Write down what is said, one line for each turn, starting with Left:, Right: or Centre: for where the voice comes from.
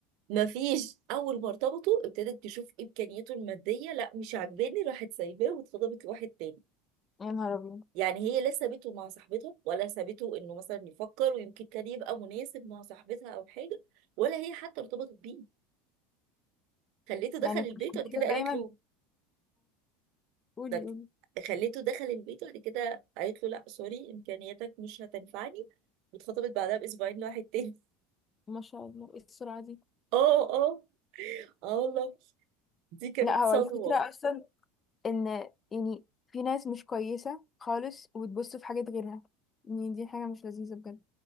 Right: مفيش اول ما ارتبطوا ابتدت تشوف امكانياته الماديه لا مش عاجباني راحت سايباه واتخطبت لواحد تاني
Left: يا نهار ابيض
Right: يعني هي لا سابته مع صاحبتها ولا سابته انه مثلا يفكر ويمكن كان يبقى مناسب مع صاحبتها او حاجه ولا هي حتى ارتبطت بيه خليته دخل
Left: يعني
Right: البيت
Left: عشان
Right: وبعد كده
Left: كده
Right: قالت
Left: دايما
Right: له
Left: قولي
Right: ده بت-
Left: قولي
Right: خليته دخل البيت وبعد كده قالت له لا سوري امكانياتك مش هتنفعني واتخطبت بعدها باسبوعين لواحد تاني
Left: ما شاء الله ايه السرعة دي
Right: <laughs> اه اه اه والله دي كانت
Left: لا هو
Right: صدمه
Left: الفكرة أصلا ان يعني في ناس مش كويسة خالص وتبص في حاجات غيرها يعني دي حاجة مش لذيذة بجد